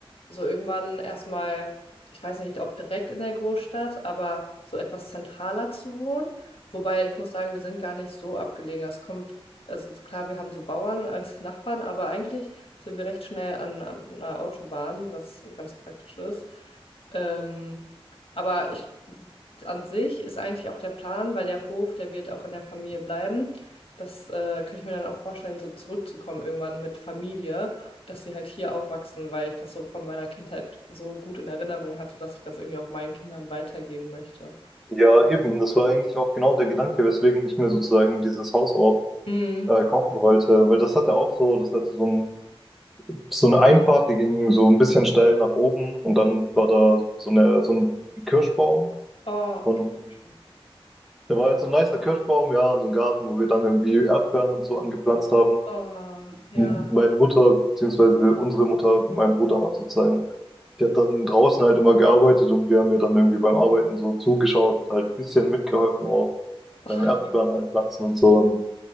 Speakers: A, on the left; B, in the centre.
A: so irgendwann erstmal, ich weiß nicht, ob direkt in der Großstadt, aber so etwas zentraler zu wohnen. Wobei ich muss sagen, wir sind gar nicht so abgelegen. Es kommt, also ist klar, wir haben so Bauern <laughs> als Nachbarn, aber eigentlich sind wir recht schnell an, an einer Autobahn, was ganz praktisch ist. Ähm, aber ich an sich ist eigentlich auch der Plan, weil der Hof, der wird auch in der Familie bleiben. Das äh, könnte ich mir dann auch vorstellen, so zurückzukommen irgendwann mit Familie, dass sie halt hier aufwachsen, weil ich das so von meiner Kindheit so gut in Erinnerung hatte, dass ich das irgendwie auch meinen Kindern weitergeben möchte.
B: Ja, eben, das war eigentlich auch genau der Gedanke, weswegen ich mir sozusagen dieses Haus auch
A: Mhm.
B: äh, kaufen wollte, weil das hatte auch so, das hatte so einen so eine Einfahrt, die ging so ein bisschen steil nach oben und dann war da so, eine, so ein Kirschbaum
A: Oh,
B: und
A: okay. schön.
B: da war halt so ein nicer Kirschbaum, ja, und so ein Garten, wo wir dann irgendwie Erdbeeren und so angepflanzt haben.
A: Oh, ja.
B: Und Meine Mutter, beziehungsweise unsere Mutter, mein Bruder auch sozusagen, die hat dann draußen halt immer gearbeitet und wir haben ihr dann irgendwie beim Arbeiten so zugeschaut, halt ein bisschen mitgeholfen auch
A: Oh,
B: beim Erdbeeren einpflanzen und so. Und